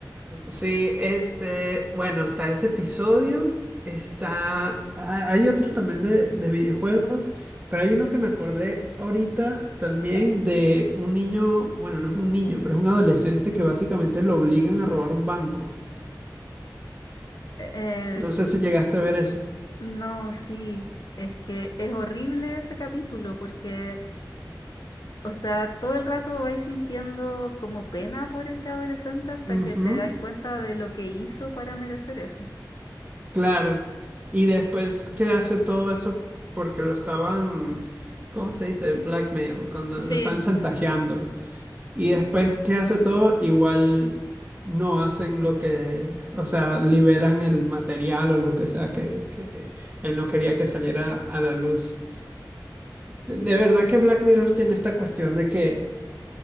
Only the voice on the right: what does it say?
Sí, este, bueno, está ese episodio, está, ha- hay otro también de, de videojuegos, pero hay uno que me acordé ahorita también de un niño, bueno, no es un niño, pero es un adolescente que básicamente lo obligan a robar un banco.
No sé si llegaste a ver ese.
Ujú,
claro. Y después que hace todo eso porque lo estaban, ¿cómo se dice? Blackmail, cuando
lo estaban chantajeando. Y después que hace todo, igual no hacen lo que, o sea, liberan el material o lo que sea que, que él no quería que saliera a la luz. De, de verdad que Black Mirror tiene esta cuestión de que